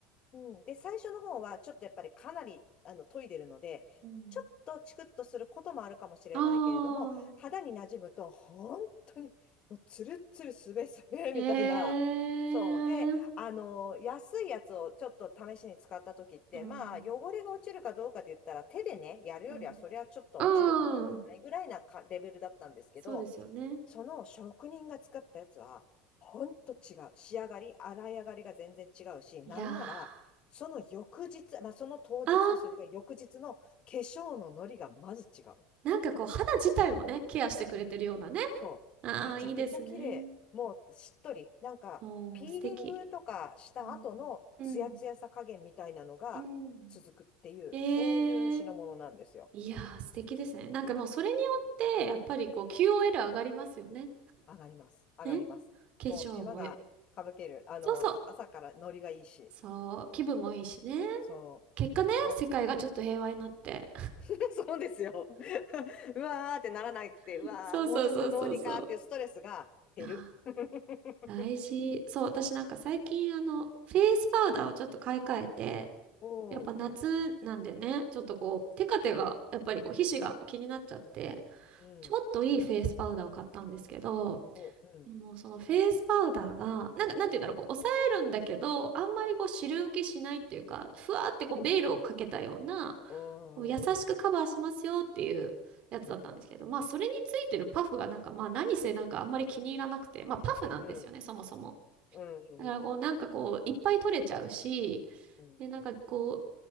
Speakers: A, on the left (about 40°); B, on the right (about 50°).
A: うん、で、最初の方は、ちょっとやっぱりかなり、あの、研いでるので、
B: うん
A: ちょっとチクッとすることもあるかもしれないけれども、
B: ああ
A: 肌に馴染むと、本当に、もう、ツルッツル、すべすべ、みたいな。
B: ー、ええ
A: そう。で、あの、安いやつをちょっと試しに使った時って、
B: うん。
A: まあ、汚れが落ちるかどうかで言ったら、手でね、やるよりは、
B: うん。
A: そりゃちょっと落ちるかもしれないぐらいなかレベルだったんですけど、
B: うん。そうですよね。
A: その職人が作ったやつは、ほんと違う。仕上がり、洗い上がりが全然違うし、なんなら、
B: いやー。
A: その翌日、まあ、その当日とそれから翌日の化粧のノリがまず違う。
B: あー。なんかこう、肌自体もね、ケアしてくれてるようなね。
A: うんそう。
B: あー、
A: めちゃくちゃ綺麗。
B: いいですね。
A: もうしっとり。なんか、
B: もう、
A: ピーリングとかした後のツヤツヤさ加減みたいなのが続くっていう、
B: 素敵。うん。うん。うんええ
A: そういう品物なんですよ。
B: いやー、素敵ですね。なんかもうそれによって、やっぱりこう QOL 上がりますよね。
A: 上がります。上がります。
B: ね。化粧もよ、
A: もう手間が省ける。あの、
B: そうそう。
A: 朝からノリがいいし。
B: そう、気分もいいしね。
A: そ
B: 結果ね、
A: う。だ
B: 世界がちょっと平和になって。
A: <laughs> そうですよ。<laughs> うわーってならなくて、
B: <laughs>
A: うわー、
B: そうそうそうそうそう。
A: もうちょっとどうにかっていうストレスが減る。
B: いやー
A: <laughs>
B: 大事。そう、私なんか最近あの、フェイスパウダーをちょっと買い替えて、
A: おー、
B: やっぱ夏なんでね、
A: うん、
B: ちょっとこう、テカテが、やっぱりこう、皮脂が気になっちゃって、
A: うん、
B: ちょっといいフェイスパウダーを買ったんですけど、
A: うん、お、うん、
B: でもそのフェイスパウダーが、なんか、なんていうんだろう、こう、抑えるんだけど、あんまりこう、汁浮きしないっていうか、ふわーってこう、
A: お、
B: ベールをかけたような、
A: お
B: こう優しくカバーしますよっていうやつだったんですけど、
A: ー、うん、
B: まあ、それについてるパフがなんか、まあ、何せなんかあんまり気に入らなくて、まあ、パフなんですよね、
A: うん、
B: そもそも。
A: うん、
B: だからこう、
A: うん、
B: なんかこう、いっぱい取れちゃうし、
A: うん、
B: で、なんかこ